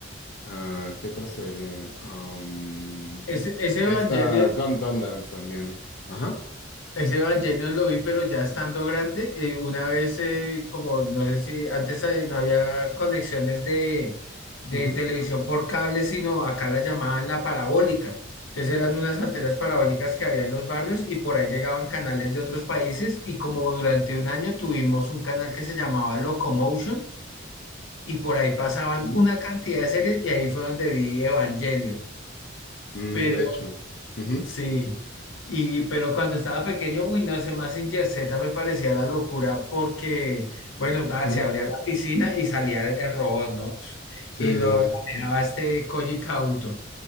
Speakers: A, on the left; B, on the left.
A: ah, ¿qué otra serie? Am,
B: Ese, ese Evangelion,
A: esta Gun Gundam también. Ajá.
B: ese Evangelion lo vi, pero ya estando grande, eh, una vez, eh, como no sé si antes eh, no había conexiones de, de
A: Ujú,
B: televisión por cable, sino acá la llamaban la parabólica. Entonces eran unas antenas parabólicas que había en los barrios y por ahí llegaban canales de otros países y como durante un año tuvimos un canal que se llamaba Locomotion y por ahí pasaban
A: ujú.
B: una cantidad de series y ahí fue donde vi Evangelion.
A: Mm,
B: Pero
A: de hecho. Ujú,
B: Sí, y pero cuando estaba pequeño, uy, no, ese Mazinger Z me parecía la locura porque, bueno, nada,
A: ujú.
B: se abría la piscina y salía el, el robot, ¿no?
A: Sí,
B: Y
A: sí,
B: lo
A: sí.
B: manejaba este Koji Kauto.